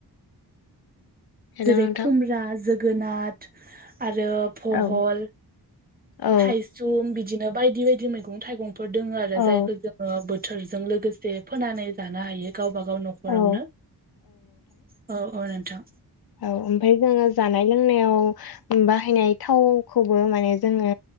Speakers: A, on the left; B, on the right.
A: हेल'
B: जेरै
A: नोंथां
B: खुमब्रा जोगोनाथ आरो फहल
A: औ औ
B: थायसुम बिदिनो बायदि बायदि मैगं थाइगंफोर दोङो आरो
A: औ
B: जायखो जोङो बोथोर लोगोसे फोनानै जानो हायो गावबा गाव न'खरावनो
A: औ
B: औ औ नोंथां।
A: औ ओमफाय जोङो जानाय लोंनायाव बाहायनाय थावखौबो माने जोङो